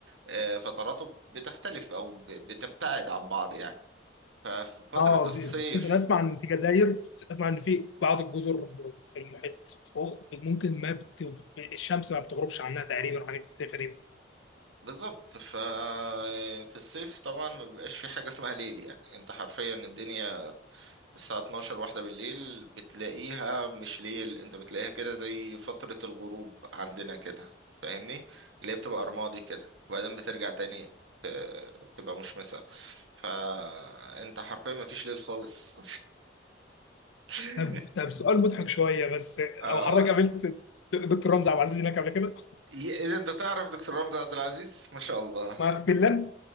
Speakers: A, on the right; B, on the left.
A: آه، فتراته بتختلف أو ب- بتبتعد عن بعض يعني ففي فترة
B: اه في
A: الصيف
B: خصوصا انا اسمع ان في جزائر اسمع ان في بعض الجزر في المحيط فوق ممكن ما بت... الشمس ما بتغربش عنها تقريبا وحاجات كتير غريبه
A: بالظبط ففي الصيف طبعا ما بيبقاش في حاجة اسمها ليل يعني انت حرفيا الدنيا الساعة 12 واحدة بالليل بتلاقيها مش ليل انت بتلاقيها كده زي فترة الغروب عندنا كده فاهمني اللي هي بتبقى رمادي كده وبعدين بترجع تاني ت- تبقى مشمسة فانت حرفيا ما فيش ليل خالص <laughs>
B: طب طب سؤال مضحك شويه بس
A: اه
B: او حضرتك قابلت دكتور رمزي عبد العزيز هناك قبل كده؟
A: ي- اذا انت تعرف دكتور رمزي عبد العزيز ما شاء الله
B: ما في فنلندا